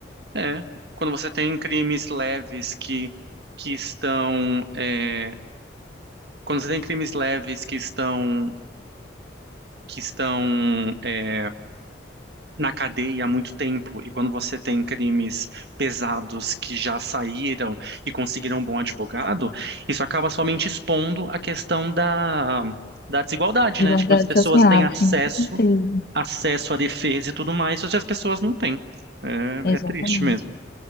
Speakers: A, on the right; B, on the left.
A: É. Quando você tem crimes leves que, que estão. é, Quando você tem crimes leves que estão. Que estão. é, na cadeia há muito tempo, e quando você tem crimes pesados que já saíram e conseguiram um bom advogado, isso acaba somente expondo a questão da, da desigualdade,
B: Diversidade
A: né? Tipo, as pessoas
B: social,
A: têm acesso,
B: sim, com certeza.
A: acesso à defesa e tudo mais, só que as pessoas não têm. É,
B: Exatamente.
A: é triste mesmo.